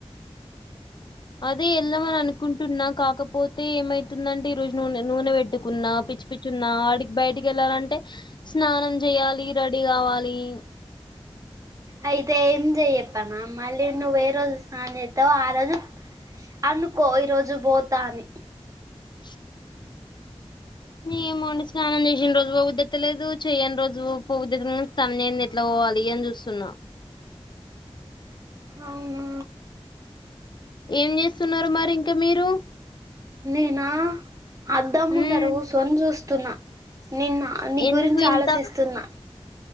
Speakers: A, on the left (about 45°); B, on the right (about 30°).
A: <inaudible> అదే ఎళ్దమని అనుకుంటున్నా కాకపోతే ఏమైతుందంటే ఈ రోజు నూనె నూనె పెట్టుకున్నా పిచ్చి పిచ్చున్నా ఆడికి బయటికి వెళ్ళాలంటే స్నానం చెయాలి రెడీ కావాలి <inaudible>
B: అయితే ఏం చెయ్యప్పనా మళ్ళీ నువు ఏ రోజు స్నానం చెత్తావో ఆ రోజు అనుకో ఈరోజు పోతా అని
A: <inaudible> ఏమోండి స్నానం చేసిన రోజు పోబుద్ధైతలేదు చెయని రోజు పోబుద్దైతుంది కాని స్నానం చెయ్యంది ఎట్లా పోవాలి అని చూస్తున్నా
B: అవునా
A: ఏం చేస్తున్నారు మరి ఇంకా మీరు
B: నేనా అద్దమ్ముందర
A: ఉమ్,
B: గుసోని చూస్తున్నా నిన్న నీ
A: ఎందుకు
B: గురించి
A: ఇంత
B: ఆలోచిస్తున్నా